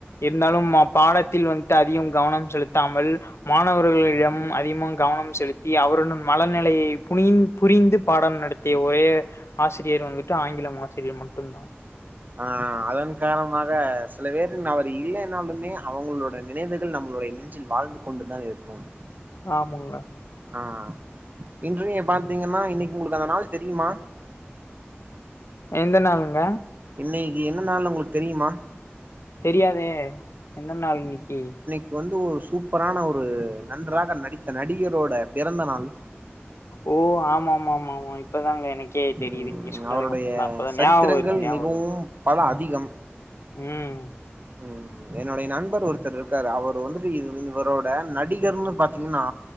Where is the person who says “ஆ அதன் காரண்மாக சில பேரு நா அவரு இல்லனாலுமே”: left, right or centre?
Right